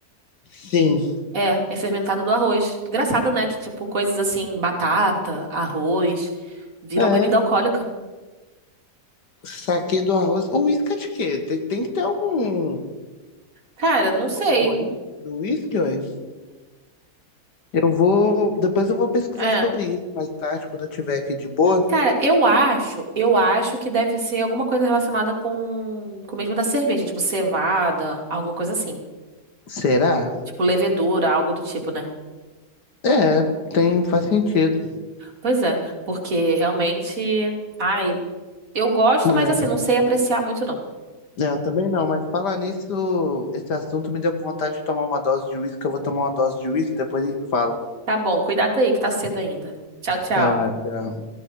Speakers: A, on the left; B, on the right.
A: Sim.
B: É, é fermentado do arroz. Engraçado, né? Que, tipo, coisas assim, batata, arroz, viram
A: É.
B: bebida alcoólica.
A: Saquê do arroz. O uísque é de quê? Tem, tem que ter algum,
B: Cara, não sei.
A: algum morinho do uísque, ué? Eu vou. Depois eu vou pesquisar
B: É.
A: sobre isso mais tarde, quando eu tiver aqui de boa.
B: Cara, eu acho, eu acho que deve ser alguma coisa relacionada com, com o mesmo da cerveja, tipo cevada, alguma coisa assim.
A: Será?
B: Tipo levedura, algo do tipo, né?
A: É, tem, faz sentido.
B: Pois é, porque realmente, ai, eu gosto, mas
A: É.
B: assim, não sei apreciar muito não.
A: É, eu também não, mas falar nisso, esse assunto me deu com vontade de tomar uma dose de uísque. Eu vou tomar uma dose de uísque, depois a gente fala.
B: Tá bom, cuidado aí que tá cedo ainda. Tchau, tchau.
A: Tá, tchau.